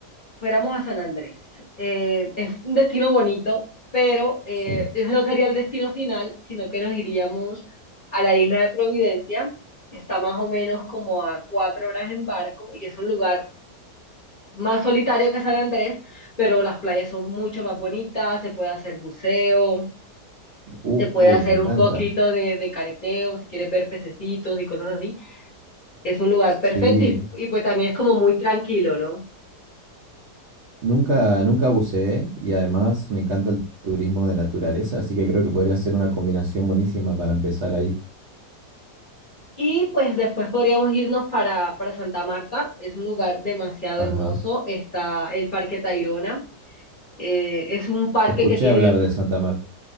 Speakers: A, on the left; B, on the right.
A: fuéramos a San Andrés. Eh, es un destino bonito, pero eh,
B: sí.
A: ese no sería el destino final, sino que nos iríamos a la isla de Providencia, que está más o menos como a cuatro horas en barco y es un lugar más solitario que San Andrés, pero las playas son mucho más bonitas, se puede hacer buceo,
B: Uy,
A: se puede hacer
B: me encanta.
A: un poquito de, de careteo, si quieres ver pececitos y cosas así. Es un lugar
B: Sí,
A: perfecto y, y pues también es como muy tranquilo, ¿no?
B: nunca, nunca buceé y además me encanta el turismo de naturaleza, así que creo que podría ser una combinación buenísima para empezar ahí.
A: Y pues después podríamos irnos para, para Santa Marta. Es un lugar demasiado
B: Ajá.
A: hermoso. Está el Parque Tayrona. Eh, es un parque
B: Escuché
A: que tiene,
B: hablar de Santa Marta.